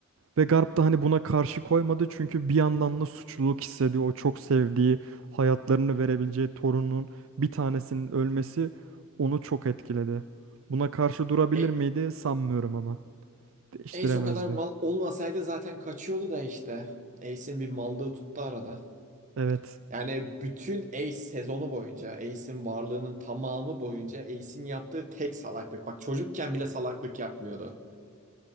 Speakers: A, on the right; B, on the right.
A: Ve Garp da hani buna karşı koymadı çünkü bir yandan da suçluluk hissediyor. O çok sevdiği, hayatlarını verebileceği torunun bir tanesinin ölmesi onu çok etkiledi. Buna karşı durabilir
B: E,
A: miydi? Sanmıyorum ama. Değiştiremezdi.
B: Ace o kadar mal olmasaydı zaten kaçıyordu da işte. Ace'in bir mallığı tuttu arada.
A: Evet.
B: Yani bütün Ace sezonu boyunca, Ace'in varlığının tamamı boyunca Ace'in yaptığı tek salaklık. Bak çocukken bile salaklık yapmıyordu.